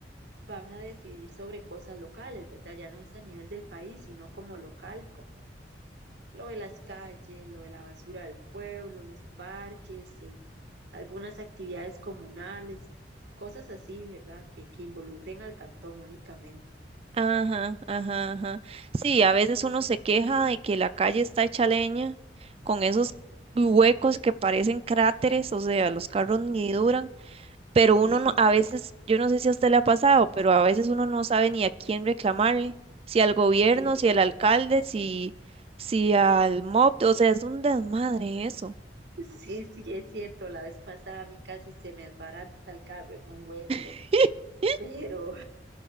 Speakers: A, on the right (about 70°); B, on the right (about 30°).
A: van a decidir sobre cosas locales, ¿verdad? Ya no es a nivel del país, sino como local, como lo de las calles, lo de la basura del pueblo, los parques, eh, algunas actividades comunales, cosas así, ¿verdad? Que, que involucren al cantón únicamente.
B: Ajá, ajá, ajá. Sí, a veces uno se queja de que la calle está hecha leña con esos huecos que parecen cráteres, o sea, los carros ni duran. pero
A: Sí,
B: uno
A: sí,
B: no- a veces, yo no sé si a usted le ha pasado, pero a veces uno no sabe ni a quién reclamarle, si al gobierno,
A: sí,
B: si
A: sí.
B: al alcalde, si, si al MOP, o P, o sea, es un desmadre eso.
A: Sí, sí, es cierto, la vez pasada a mí casi se me desbarata el carro en un hueco,
B: <laughs>
A: pero